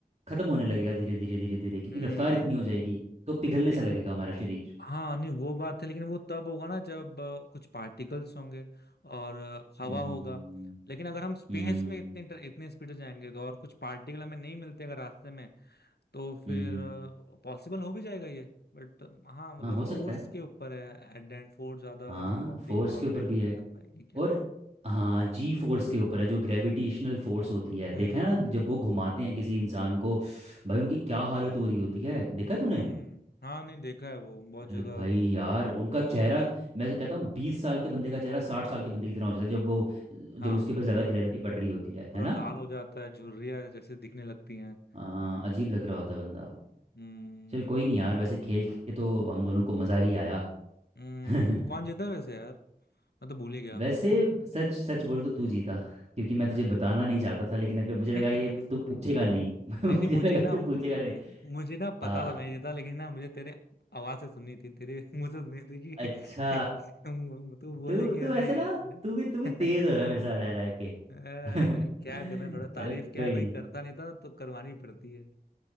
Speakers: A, on the right (about 40°); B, on the left (about 85°).
A: खत्म होने लगेगा धीरे धीरे धीरे धीरे क्योंकि
B: हम्म
A: रफ्तार इतनी हो जाएगी तो पिघलने
B: नहीं
A: सा लगेगा हमारा शरीर
B: हाँ नहीं वो बात है लेकिन वो तब होगा ना जब अ, कुछ पार्टिकल्स होंगे और अ, हवा
A: हम्म
B: होगा लेकिन अगर हम स्पेस
A: हम्म
B: में इतने inter- इतने स्पीड जाएंगे तो और कुछ पार्टिकल हमें नहीं मिलते अगर रास्ते में तो
A: हम्म,
B: फिर पॉसिबल हो भी जाएगा ये बट हाँ मतलब
A: हाँ हो
B: फोर्स
A: सकता है
B: के ऊपर है एट द एंड फोर्स ज्यादा
A: हाँ
B: अगर हम बॉडी
A: फोर्स
B: टॉलरेट
A: के ऊपर भी है
B: कर पाएगी
A: और हाँ जी फोर्स के ऊपर है जो ग्रेविटेशनल फोर्स होती है देखा
B: हम्म
A: है ना जब वो घुमाते हैं किसी इंसान को भाई उनकी क्या हालत हो रही होती है देखा तूने
B: हम्म हाँ नहीं देखा है वो बहुत जगह
A: अरे भाई यार उनका चेहरा मैं तो कहता हूँ बीस साल के बंदे का चेहरा साठ साल के बंदे की तरह हो जाता है जब वो जब
B: हाँ
A: उसके ऊपर ज़्यादा ग्रेविटी पड़ रही होती है
B: पूरा
A: है ना
B: लाल हो जाता है झुर्रियाँ जैसे दिखने लगती हैं
A: हाँ, अजीब लग रहा होता है बंदा
B: हम्म
A: चल कोई नहीं यार वैसे खेल के तो हम दोनों को मज़ा ही आया
B: हम्म
A: <laughs>
B: कौन जीता है वैसे यार मैं तो भूल ही गया
A: वैसे सच सच बोलूं तो तू जीता क्योंकि मैं तुझे
B: अरे
A: बताना
B: वाह
A: नहीं चाहता था लेकिन अगर मुझे
B: <laughs>
A: लगा ये तू पूछेगा नहीं <laughs> मुझे
B: नहीं नहीं मुझे
A: लगा
B: ना
A: तू
B: मु-
A: पूछेगा नहीं
B: मुझे ना पता
A: हाँ
B: था मैं जीता लेकिन ना मुझे तेरे आवाज से सुननी थी तेरे <laughs> मुंह से सुननी थी कि
A: अच्छा
B: <laughs> तू बोले
A: तू
B: कि
A: तू
B: अरे
A: ऐसे ना
B: अरे
A: तू भी तू
B: <laughs>
A: भी तेज हो रहा है मेरे साथ रह रह के
B: अरे
A: <laughs>
B: क्या करना थोड़ा तारीफ
A: चल कोई
B: क्या
A: नहीं
B: कोई करता नहीं था तो करवानी पड़ती है